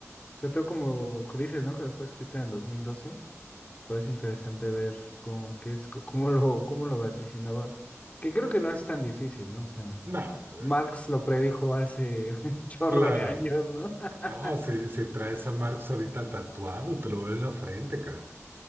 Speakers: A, on the left; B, on the right.
A: Trató como que dices, ¿no? Que fue escrita en el 2012. Parece interesante ver cómo, qué es, cómo lo, cómo lo vaticinaba. Que creo que no es tan difícil, ¿no? O sea,
B: nada
A: Marx lo predijo hace <laughs> un chorro
B: Claro.
A: de años, ¿no? <laughs>
B: No, sí, si traes a Marx ahorita tatuado, te lo veo en la frente, cara.